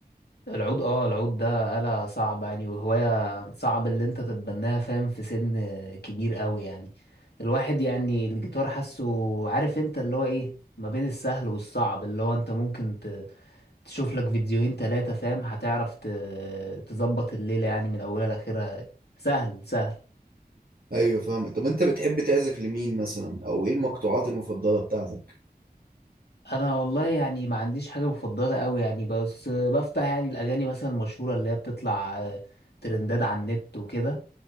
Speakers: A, on the left; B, on the right.
A: العود اه العود ده آلة صعبة يعني وهواية صعب اللي انت تتبناها فاهم في سن كبير قوي يعني الواحد يعني الجيتار حاسه عارف انت اللي هو ايه ما بين السهل والصعب اللي هو انت ممكن ت- تشوف لك فيديوهين تلاتة فاهم هتعرف ت- تظبط الليلة يعني من اولها لاخرها سهل سهل
B: ايوه فاهم طب انت بتحب تعزف لمين مثلا او ايه المقطوعات المفضله بتاعتك
A: انا والله يعني ما عنديش حاجه مفضله قوي يعني بس بفتح يعني الاغاني مثلا المشهوره اللي هي بتطلع آه، ترندات على النت وكده